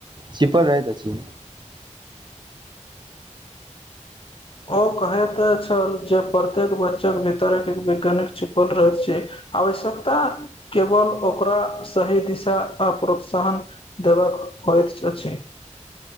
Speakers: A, on the right; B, on the left.
A: छिपल रहैत अछि
B: ओ कहेत छल जे प्रत्येक बच्चाकेँ भीतर एक वैज्ञानिक छिपल रहैत छी आवश्यकता केवल ओकरा सही दिशा आ प्रोत्साहन देबाक होयत अछि